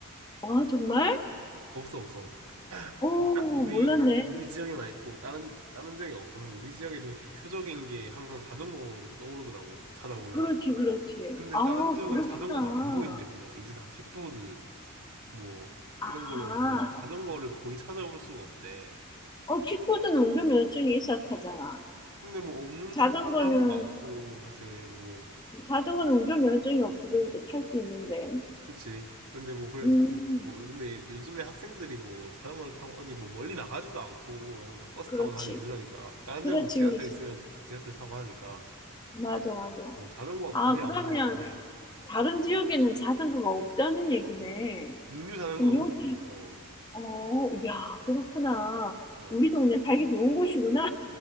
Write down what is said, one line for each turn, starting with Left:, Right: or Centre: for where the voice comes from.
Left: 아, 정말?
Right: 없어, 없어.
Left: 오,
Right: 딱 우리,
Left: 몰랐네.
Right: 우리 지역에만 있고, 다른, 다른 지역에 없어. 그래서 우리 지역에 되게 대표적인 게 항상 자전거로 떠오르더라고, 찾아보면.
Left: 그렇지, 그렇지.
Right: 근데
Left: 아,
Right: 다른 지역은
Left: 그렇구나.
Right: 자전거가 안 보인대, 그냥. 이제 다 킥보드. 뭐 이런
Left: 아,
Right: 걸로만 보이지 자전거를 거의 찾아볼 수가 없대.
Left: 어, 킥보드는 운전면허증이 있어야 타잖아.
Right: 근데 뭐 없는
Left: 자전거는,
Right: 듯 하는 사람도 많고 사실 뭐
Left: 자전거는 운전면허증이 없어도 이렇게 탈 수 있는데.
Right: 그치. 근데 뭐 그래서
Left: 음,
Right: 뭐 근데 요즘에 학생들이 뭐 자전거를 타고 어디 뭐 멀리 나가지도 않고 왜냐면 다 버스
Left: 그렇지.
Right: 타고 다니고 이러니까 다른
Left: 그렇지,
Right: 지역 뭐 지하철
Left: 그렇지.
Right: 있으면 또 다 지하철 타고 하니까
Left: 맞아, 맞아.
Right: 뭐 자전거가
Left: 아,
Right: 거의
Left: 그러면
Right: 안 보이는데
Left: 다른 지역에는 자전거가 없다는 얘기네.
Right: 국류 자전거는
Left: 그럼 여기,
Right: 없지. 어
Left: 어, 야, 그렇구나.
Right: 맞아.
Left: 우리 동네 살기 좋은 곳이구나.